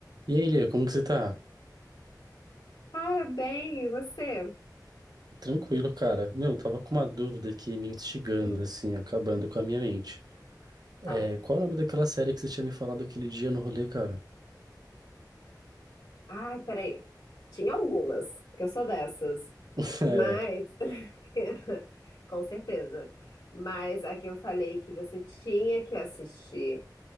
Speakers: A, on the right; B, on the left.
A: E aí, Lia, como que você tá?
B: Cara, bem, e você?
A: Tranquilo, cara. Meu, eu tava com uma dúvida aqui me instigando,
B: Hum.
A: assim, acabando com a minha mente. É,
B: Fala.
A: qual é o nome daquela série que você tinha me falado aquele dia no rolê, cara?
B: Ai, peraí. Tinha algumas, que eu sou dessas.
A: <laughs> É,
B: Mas, <laughs> com certeza. Mas a que eu falei que você tinha que assistir